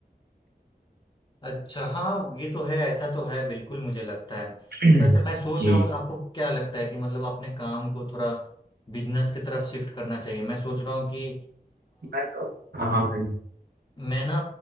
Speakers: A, on the left (about 30°); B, on the right (about 75°).
A: अच्छा हाँ ये तो है ऐसा तो है बिल्कुल मुझे लगता है
B: <clears throat>
A: वैसे मैं सोच
B: जी
A: रहा हूँ आपको क्या लगता है कि मतलब अपने काम को थोड़ा बिजनेस की तरफ शिफ्ट करना चाहिए मैं सोच रहा हूँ कि
B: मैं तो- हाँ हाँ मैं
A: मैं ना